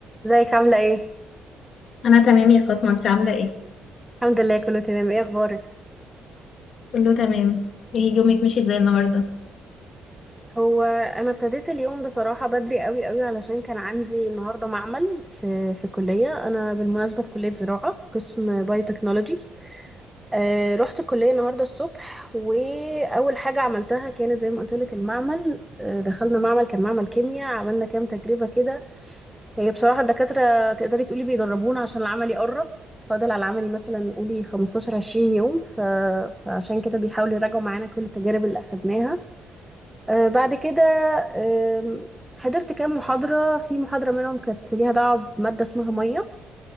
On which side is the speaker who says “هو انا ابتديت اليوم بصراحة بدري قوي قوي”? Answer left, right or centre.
Centre